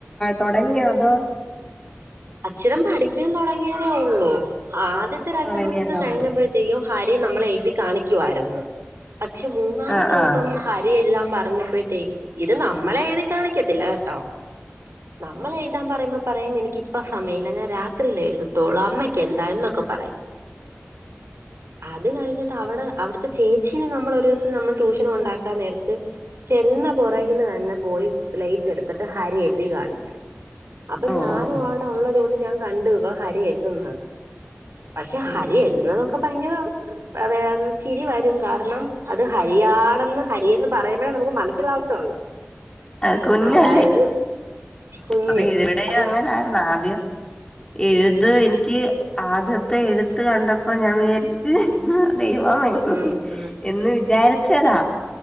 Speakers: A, on the left; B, on the right.
A: തുടങ്ങിയൊ? അതോ?
B: അക്ഷരം പഠിക്കാൻ തുടങ്ങിയതേ ഉള്ളൂ.. ആദ്യത്തെ രണ്ടു
A: തുടങ്ങിയതേ
B: ദിവസം കഴിഞ്ഞപ്പഴേ
A: ഉള്ളൂ
B: ത്തേക്കും ഹരി നമ്മളെ എഴുതി കാണിക്കുമായിരുന്നു. പക്ഷെ, മൂന്നാമത്തെ
A: ആഹ്
B: ദിവസം
A: ആഹ്
B: ഹരി എഴുതാ പറഞ്ഞപ്പഴത്തേക്ക്, ഇത് നമ്മളെഴുതി കാണിക്കത്തില്ല കേട്ടോ. നമ്മൾ എഴുതാൻ പറയുമ്പോ പറയും എനിക്ക് ഇപ്പൊ സമയല്യ, ഞാൻ രാത്രില്ലേ എഴുതത്തൊളൂ, അമ്മയ്ക്ക് എന്താ? എന്നൊക്കെ പറയും. അത് കഴിഞ്ഞിട്ട് അവിടെ, അവിടുത്തെ ചേച്ചീനെ നമ്മള് ഒരൂസം നമ്മൾ ട്യൂഷന് കൊണ്ടാക്കാൻ നേരത്ത് ചെന്ന പുറകില് തന്നെ പോയി സ്ലൈറ്റ് എടുത്തിട്ട് ഹരി എഴുതി കാണിച്ച്. അപ്പൊ
A: ഓഹ്
B: ഞാനും ആ ടെ ഒള്ളത് കൊണ്ട് ഞാൻ കണ്ട്, ഇവം ഹരിയെഴുതുന്നത്. പക്ഷെ ഹരി
A: ഉം ഉം
B: എഴുതുന്നതൊക്കെ ഭയങ്കരം <unintelligible> ചിരി വരും കാരണം അത് ഹരിയാണെന്ന് ഹരിയെന്ന് പറയുമ്പോഴേ നമുക്ക് മനസ്സിലാകതൊള്ളൂ.
A: ആഹ് കുഞ്ഞല്ലേ
B: അതായത് <inaudible> കുഞ്ഞ്
A: അപ്പൊ ഇവരുടെ
B: അതും
A: അങ്ങനെയായിരുന്നു., ആദ്യം എഴുത് എനിക്ക് ആദ്യത്തെ എഴുത്ത് കണ്ടപ്പോ ഞാൻ വിചാരിച്ച്, ദൈവമേ
B: ഉം ഉം
A: എന്ന് വിചാരിച്ചതാ.